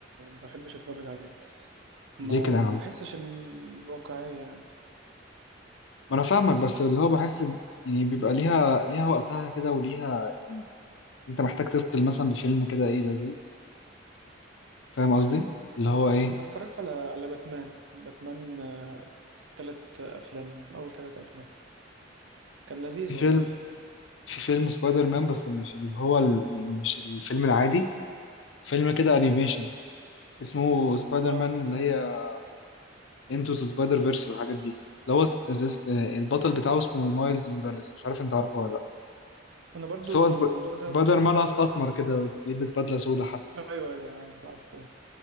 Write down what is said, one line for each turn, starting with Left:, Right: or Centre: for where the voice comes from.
Right: بحبش اتفرج عليه ما
Left: ليه كده يا عم
Right: ما بحسش ان الواقعية يعني
Left: ما انا فاهمك بس اللي هو بحس يعني بيبقى ليها ليها وقتها كده وليها انت محتاج تفصل مثلا بفيلم كده ايه لذيذ فاهم قصدي اللي
Right: آه،
Left: هو ايه
Right: انا اتفرجت على على باتمان باتمان آه، تلات افلام من اول تلات افلام كان لذيذ
Left: في فيلم
Right: والله
Left: في فيلم سبايدر مان بس مش اللي هو ال... يعني مش الفيلم العادي فيلم كده انيميشن اسمه سبايدر
Right: اه
Left: مان اللي هي انتو ذا سبايدر فيرس والحاجات دي اللي هو س- س- البطل بتاعه اسمه مايلز موراليس مش عارف انت عارفه ولا لا
Right: انا برضو
Left: بس هو
Right: في
Left: سب...
Right: الموضوع ده
Left: سبايدر مان أس- اسمر كده بيلبس بدلة سودا حتى
Right: ايوه ايوه عارف عارفه